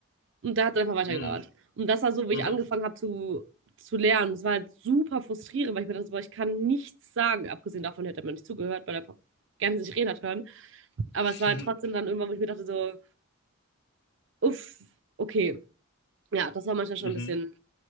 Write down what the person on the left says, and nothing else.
Mhm.
Mhm.
<laughs>
Mhm.